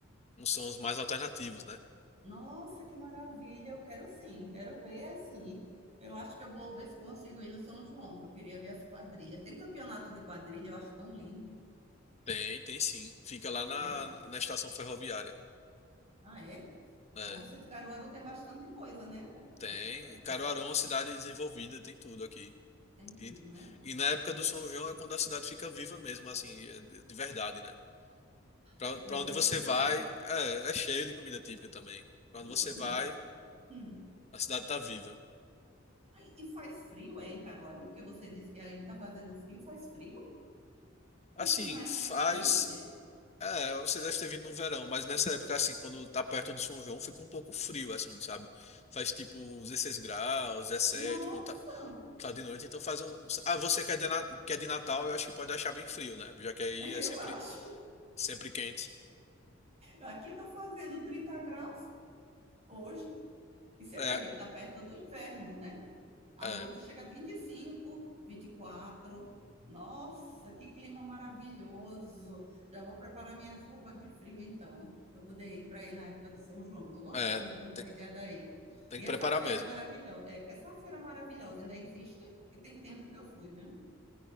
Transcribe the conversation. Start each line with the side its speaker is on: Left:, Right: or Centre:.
Left: uns sons mais alternativos, né?
Right: Nossa, que maravilha! Eu quero sim, quero ver assim. Eu acho que eu vou ver se consigo ir no São João, que eu queria ver as quadrilhas. Tem campeonato de quadrilha, eu acho tão lindo,
Left: Tem, tem sim. Fica lá na,
Right: né?
Left: na estação ferroviária.
Right: Ah, é?
Left: É,
Right: Nossa, Caruaru tem bastante coisa, né?
Left: tem.
Right: Para conhecer.
Left: Caruaru é uma cidade desenvolvida, tem tudo aqui.
Right: Tem tudo,
Left: E,
Right: né?
Left: e na época
Right: Hum,
Left: do São João é quando a cidade fica viva mesmo, assim, de verdade, né? Pra,
Right: As
Left: pra
Right: comidas
Left: onde você
Right: típicas,
Left: vai,
Right: hein?
Left: é, é cheio de comida típica também. Pra
Right: Eu
Left: onde você
Right: amo.
Left: vai,
Right: as- Hum.
Left: a cidade tá viva.
Right: Ai, E faz frio, é, em Caruaru? Porque você disse que aí tá fazendo frio, faz frio?
Left: Assim,
Right: Eu fui na época,
Left: faz.
Right: era quente.
Left: É, você deve ter vindo no verão, mas nessa época, assim, quando tá perto do São João, fica um pouco frio, assim, sabe? Faz tipo 16 graus, 17,
Right: Nossa,
Left: quando tá, quando tá de noite, então faz um. um- Ah, você que é de, Na- que é de Natal, eu acho que pode achar bem frio, né? Já que aí
Right: <laughs>
Left: é
Right: eu
Left: sempre,
Right: acho.
Left: sempre quente.
Right: Aqui tá fazendo 30 graus. Hoje, e você
Left: É,
Right: vê, a gente está perto do inverno, né? À
Left: é,
Right: noite chega a 25, 24. Nossa, que clima maravilhoso! Já vou preparar minhas roupas de frio, então, para eu poder ir para aí na época do São João. Tô gostando,
Left: é.
Right: viu, da
Left: Tem,
Right: ideia daí.
Left: tem
Right: E
Left: que
Right: essa
Left: preparar
Right: feira
Left: mesmo.
Right: maravilhosa, essa feira maravilhosa ainda existe? Que tem tempo que eu fui, viu?